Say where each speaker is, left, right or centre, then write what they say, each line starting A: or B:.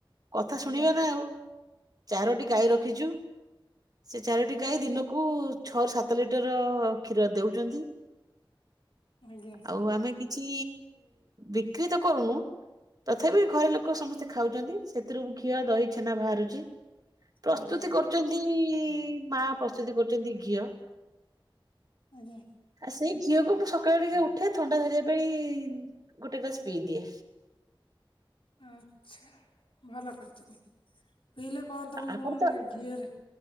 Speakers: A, on the right (about 45°); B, on the left (about 80°).
A: କଥା
B: ଆଜ୍ଞା
A: ଶୁଣିବେ ନା ଆଉ। ଚାରୋଟି ଗାଈ ରଖିଚୁ। ସେ ଚାରୋଟି ଗାଈ ଦିନକୁ ଛଅ ସାତ ଲିଟର କ୍ଷୀର ଦେଉଚନ୍ତି।
B: ଆଜ୍ଞା
A: ଆଉ ଆମେ କିଛି ବିକ୍ରିତ କରୁନୁ। ତଥାପି ଘରେ ଲୋକ ସମସ୍ତେ ଖାଉଛନ୍ତି ସେଥିରୁ ଘିଅ ଦହି ଛେନା ବାହାରୁଚି। ପ୍ରସ୍ତୁତି
B: ଆଜ୍ଞା
A: କରୁଚନ୍ତି ମା ପ୍ରସ୍ତୁତି କରୁଚନ୍ତି ଘିଅ।
B: ଆଜ୍ଞା
A: ଆଉ ସେଇ ଘିଅକୁ ମୁଁ ସକାଳୁ ଟିକେ ଉଠେ ଥଣ୍ଡା ଧରିବା ପାଇଁ ଗୋଟେ ଗ୍ଲାସ ପିଇ ଦିଏ।
B: ଆଛା ଭଲ କରିଛନ୍ତି। ପିଇଲେ କଣ ତମକୁ
A: ଆପଣ
B: ମାନେ
A: ତ
B: ଘିଅରେ